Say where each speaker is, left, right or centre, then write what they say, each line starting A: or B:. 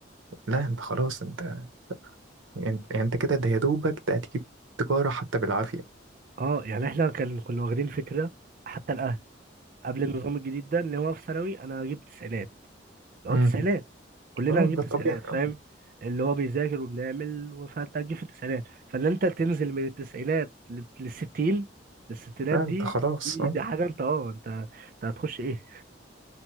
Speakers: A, on the right; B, on the right.
A: لا انت خلاص انت انت, انت كده ده يا دوبك ده هتجيب تجارة حتى بالعافية
B: اه يعني احنا كان كنا واخدين فكره حتى الاهل قبل النظام الجديد ده اللي هو في ثانوي انا جبت تسعينات اللي
A: امم
B: هو تسعينات كلنا
A: اه
B: هنجيب
A: ده الطبيعي
B: تسعينات فاهم
A: اه
B: اللي هو بيذاكر وبنعمل فانت هتجيب في التسعينات فان انت تنزل من التسعينات لل- للستين للستينات
A: لا
B: دي
A: انت خلاص
B: دي,
A: اه
B: دي حاجه انت اه انت انت هتخش ايه